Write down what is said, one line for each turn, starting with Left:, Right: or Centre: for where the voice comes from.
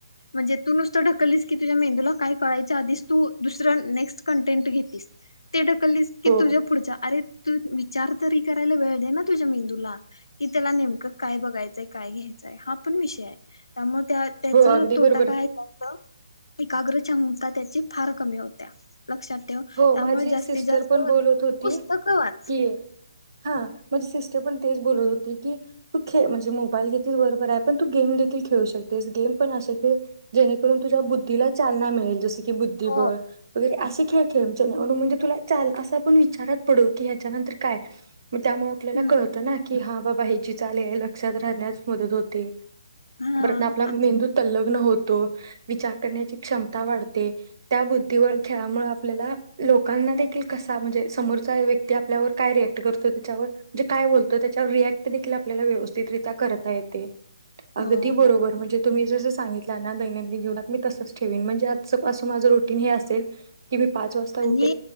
Left: म्हणजे तू नुसतं ढकललीस की तुझ्या मेंदूला काय कळायच्या आधीच तू दुसरं नेक्स्ट कंटेंट घेततीस ते ढकललीस की
Right: हो
Left: तुझ्या पुढच्या अरे तू विचार तरी करायला वेळ दे ना तुझ्या मेंदूला कि त्याला नेमकं काय बघायचंय काय घ्यायचंय हा पण विषय आहे त्यामुळे त्या त्याचा
Right: हो अगदी
Left: तोटा
Right: बरोबर
Left: काय आहेत एकाग्रच्या मुता त्याची फार कमी होत्या लक्षात ठेव
Right: हो
Left: त्यामुळे
Right: माझी
Left: जास्तीत
Right: सिस्टर
Left: जास्त
Right: पण बोलत होती
Left: पुस्तकं वाच.
Right: की. हा माझी सिस्टर पण तेच बोलत होती की तू खे म्हणजे मोबाईल घेतील बरोबर आहे पण तू गेम देखील खेळू शक तेज गेम पण जेणे करून तुझ्या बुद्धिला चलना मिळेल जसी ते बुद्धिबळ
Left: हो
Right: वगैरे असे खेळ खेळ म्हणजे तुला असं <unintelligible> आपण विचारात पडू की ह्याच्यानंतर काय? मी त्यामुळे आपल्याला
Left: हम्म
Right: कळतं ना की हा. ब बाह्याची चाल हे लक्षात राहण्यास मदत होते.
Left: हा
Right: प्रन आपला मेंदू तल्लग्न होत. तो विचार करण्याची क्षमता वाढत. त्या बुद्धीवर खेळामुळे आपल्याला लोकांना देखील कसा म्हणजे समोरचा व्यक्ती आपल्यावर काय रियाक्ट करतो त्याच्यावर म्हणजे काय बोलतो त्याच्यावर रिअक्ट देखील आपल्याला व्यवस्थितरित्या करता येते. अगदी
Left: हो
Right: बरोबर
Left: हो
Right: म्हणजे. तुम्ही जसं सांगितलं ना दैनंदिन जीवनात मी तसच ठेवेन म्हणजे आज पासून माझं रोटीन हे असेल. की मी पाच वाजता उठे
Left: आणि